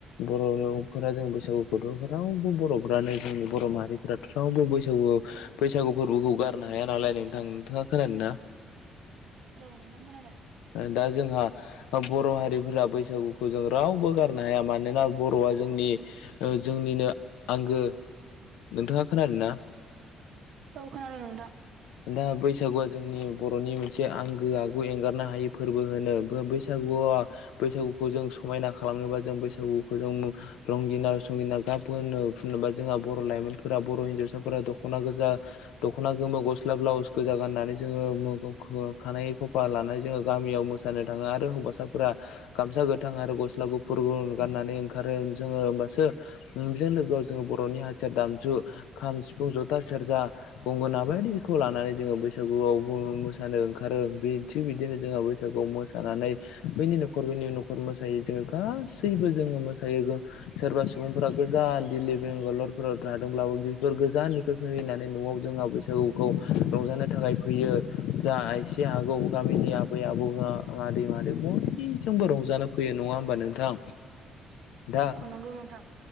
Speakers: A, on the left; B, on the right.
A: बर' फोरा जों बैसागुखौथ रावबो बरफ्रानो जोंनि बर माहारिफोरा रावबो बैसागु बैसागु फोरबोखौ गारनो हाया नालाय नोंथां। नोंथाङा खोनादों ना?
B: औ नोंथां खोनादों।
A: दा जोंहा अ बर' हारिफोरा बैसागुखौ जों रावबो गारनो हाया मानोना बर'आ जोंनि जोंनिनो आंगो। नोंथाङा खोनादोंना?
B: औ खोनादों नोंथां।
A: दा बैसागुआ जोंनि बर'नि मोनसे आंगो आगु एंगारनो हायै फोरबो होनो बैसागु गुवा बैसागुखौ जों समायना खालामनोबा जों बैसागुखौ जों रंगिना संगिना गाब फोनो, फोनोबा जोंहा बर' लाइमोनफोरा बर' हिनजावसाफोरा दख'ना गोजा, दख'ना गोमो, गस गोजां गाननानै जोङो मो ख खानाय खफा लानानै जोङो गामियाव मोसानो थाङो आरो हौवासाफोरा गामसा गोथां आरो गस्ला गुफुर गु गाननानै ओंखारो। जोङो होमबासो जों लोगोआव जों बर'नि हाथियार दामजु खाम, सिफुं, जथा, सेरजा गंगना बायदि खौ लानानै जोङो बैसागुआव मोसानो ओंखारो बे थिग बिदिनो जोङो बैसागुआव मोसानानै बैनि न'खर बैनि नखर मोसायो जोङो गासैबो जोङो मोसायो सोरबा सुबुंफोरा गो गोजान दिल्ली बेंगालरफोराव थादोंब्लाबो बेफोर गोजाननिफ्राय फैैनानै न'आव जोंहा बैसागु‌ खौ रंजानो थाखाय फैयो, जा एसे हागौ गामिनि आबै, आबौआ, मादै आरो बयजोंबो रंजानो फैयो नङा होमबा नोंथां? दा
B: औ नंगौ नोंथां